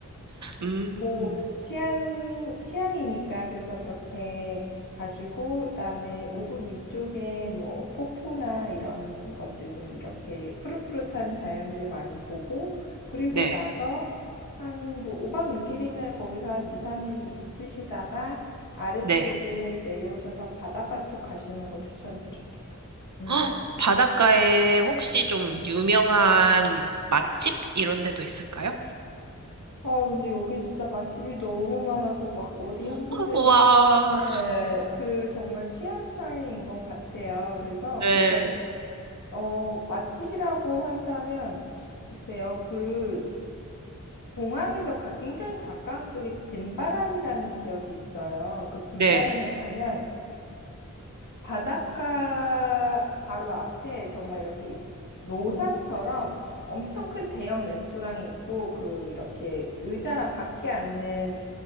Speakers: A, on the right; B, on the left.
A: 음,
B: 뭐 취향 취향이니까 그래서 그렇게 가시고 그다음에 오브 위쪽에 뭐 폭포나 이런 것들 좀 이렇게 푸릇푸릇한 자연들 많이 보고 그리고
A: 네,
B: 나서 한 뭐 5박 6일이면 거기서 한 2, 3일 있으시다가 아래쪽에
A: 네.
B: 내려오셔서 바닷가 쪽 가시는 거 추천드릴게요. 음.
A: 헉, 바닷가에 혹시 좀 유명한 맛집 이런 데도 있을까요?
B: 아, 근데 여긴 진짜 맛집이 너무 많아서 막 어디 한 군데를
A: 우와.
B: 예, 그 정말 취향 차이인 것 같아요. 그래서
A: 네,
B: 근데 어 맛집이라고 한다면 글쎄요 그 공항에서 가- 굉장히 가까운 쪽에 진바란이라는 지역이 있어요. 그 진바란에
A: 네,
B: 가면 바닷가 바로 앞에 정말 이렇게 노상처럼 엄청 큰 대형 레스토랑이 있고 그 이렇게 의자랑 밖에 앉는